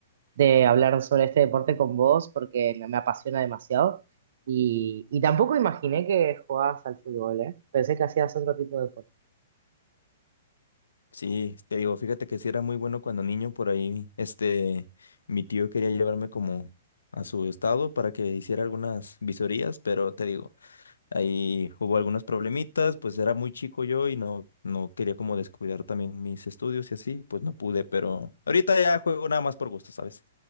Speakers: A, on the right (about 55°); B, on the left (about 70°).
A: de hablar sobre este deporte con vos porque me, me apasiona demasiado y, y tampoco imaginé que jugabas al fútbol, ¿eh? Pensé que hacías otro tipo de deporte.
B: Sí, te digo, fíjate que sí era muy bueno cuando niño por ahí, este, mi tío quería llevarme como a su estado para que hiciera algunas visorías, pero te digo. Ahí hubo algunos problemitas, pues era muy chico yo y no, no quería como descuidar también mis estudios y así, pues no pude, pero ahorita ya juego nada más por gusto, ¿sabes?